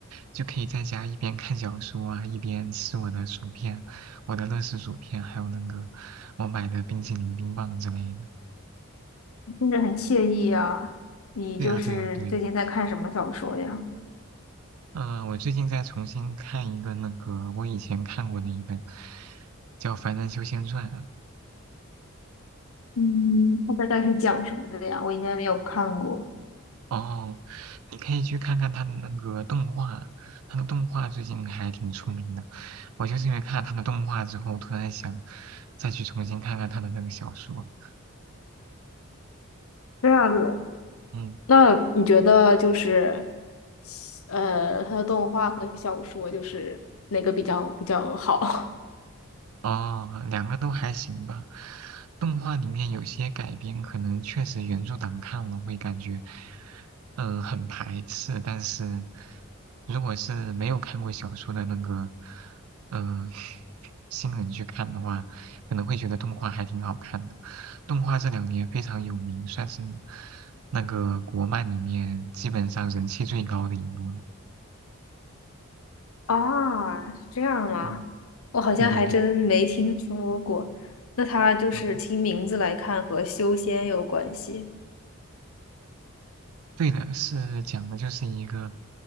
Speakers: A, on the right (about 80°); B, on the left (about 75°).
A: 就可以在家一边看小说啊，一边吃我的薯片，我的乐事薯片，还有那个我买的冰淇淋、冰棒之类的。
B: 听着很惬意呀。你就是最近在看什么小说呀？
A: 对啊，对啊，对啊。嗯、我最近在重新看一个那个我以前看过的一本，叫《凡人修仙传》，
B: 嗯，它大概是讲什么的呀？我应该没有看过。
A: 哦，你可以去看看他的那个动画，他的动画最近还挺出名的。我就是因为看了他的动画之后，突然想再去重新看看他的那个小说。
B: 这样子，
A: 嗯。
B: 那你觉得就是呃，它的动画和小说就是哪个比较比较好？
A: 哦，两个都还行吧。动画里面有些改编，可能确实原著党看了会感觉，嗯、很排斥。但是如果是没有看过小说的那个，嗯、<laughs> 新人去看的话，可能会觉得动画还挺好看的。动画这两年非常有名，算是那个国漫里面基本上人气最高的一部了。
B: 啊，是这样吗？
A: 嗯，
B: 我好像还真没听说过。
A: 对对对，
B: 那它就是听名字来看和修仙有关系。
A: 嗯。对的，是讲的就是一个，